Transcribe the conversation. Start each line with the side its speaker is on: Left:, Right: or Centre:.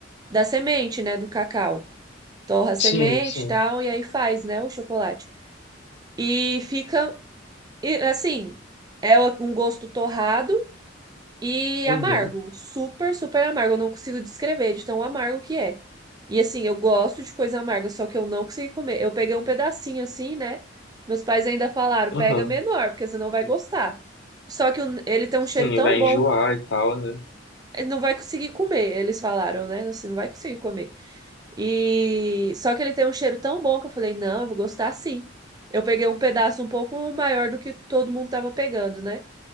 Right: da semente, né, do cacau. Torra a semente
Left: Sim, sim.
Right: e tal, e aí faz, né, o chocolate. E fica, e, assim, é um gosto torrado, E
Left: Uhum,
Right: amargo, super, super amargo. Eu não consigo descrever de tão amargo que é. E assim, eu gosto de coisa amarga, só que eu não consegui comer. Eu peguei um pedacinho assim, né? Meus pais ainda falaram,
Left: uhum.
Right: pega menor, porque você não vai gostar. Só que o- ele tem um cheiro
Left: Sim,
Right: tão
Left: vai
Right: bom,
Left: enjoar e tal, né?
Right: ele não vai conseguir comer, eles falaram, né? Assim, não vai conseguir comer. E só que ele tem um cheiro tão bom que eu falei, não, eu vou gostar sim. Eu peguei um pedaço um pouco maior do que todo mundo tava pegando, né?